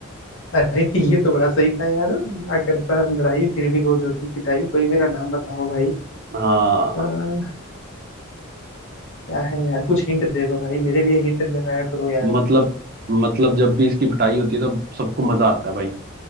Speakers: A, on the left; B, on the right.
A: अरे ये तो बड़ा सही था यार ना करता लड़ाई फिर भी रोज होती पिटाई कोई मेरा नाम बताओ भाई
B: हाँ
A: आ, क्या है यार कुछ हिंट दे दो भाई मेरे लिए हिंट लगाया करो यार
B: मतलब मतलब जब भी इसकी पिटाई होती है तो सबको मजा आता है भाई